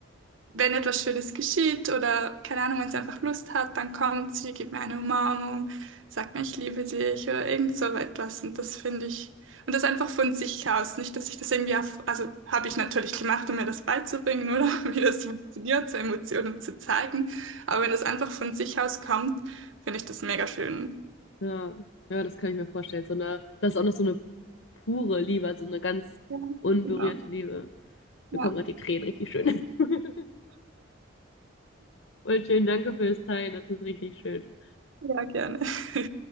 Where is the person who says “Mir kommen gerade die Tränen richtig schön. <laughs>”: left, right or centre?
Left